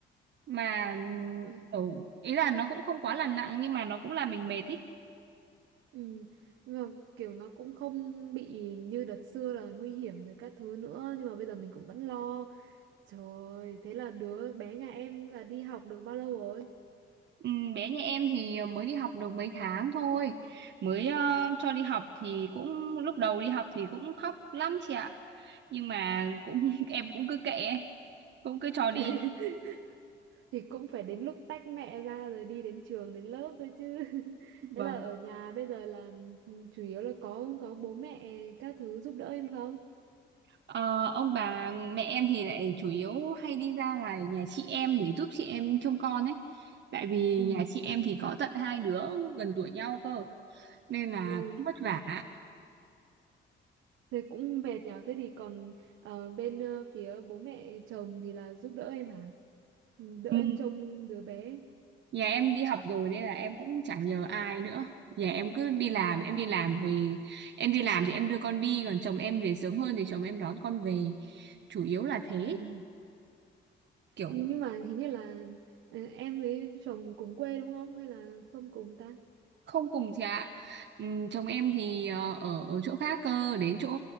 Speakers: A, on the right; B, on the right.
A: mà
B: Ôi.
A: ừ, ý là nó cũng không quá là nặng nhưng mà nó cũng làm mình mệt ý.
B: Ừ. Nhưng mà kiểu nó cũng không bị như đợt xưa là nguy hiểm rồi các thứ nữa nhưng mà bây giờ mình cũng vẫn lo Trời thế là đứa bé nhà em là đi học được bao lâu rồi?
A: Ừ, bé nhà em thì ờ, mới đi học được mấy tháng thôi mới ờ, cho đi học thì cũng lúc đầu đi học thì cũng khóc lắm chị ạ nhưng mà cũng <laughs> em cũng cứ kệ ấy, cũng cứ cho đi
B: <laughs> Thì cũng phải đến lúc tách mẹ ra rồi đi đến trường đến lớp thôi chứ. <laughs>
A: Vâng.
B: Thế là ở nhà bây giờ là ừ, chủ yếu là có có bố mẹ các thứ giúp đỡ em không?
A: Ờ, ông bà mẹ em thì lại chủ yếu hay đi ra ngoài nhà chị em để giúp chị em trông con ấy tại vì
B: Ừ.
A: nhà chị em thì có tận hai đứa gần tuổi nhau cơ nên là
B: Ui,
A: cũng vất vả
B: <laughs> thế cũng mệt nhở. Thế thì còn ờ, bên ờ, phía bố mẹ chồng thì là giúp đỡ em hả? Ừ, Đỡ
A: Ừ,
B: em trông đứa bé.
A: Nhà em đi học rồi nên là em cũng chẳng nhờ ai nữa. Nhà em cứ đi làm,
B: Ừ.
A: em đi làm về, em đi làm thì em đưa con đi, còn chồng em về sớm hơn thì chồng em đón con về. Chủ yếu là thế,
B: Ừ.
A: kiểu
B: nhưng mà hình như là ờ, em với chồng cùng quê đúng không hay là không cùng ta
A: không cùng chị ạ. Ừm, chồng em thì ờ, ở ở chỗ khác cơ, đến chỗ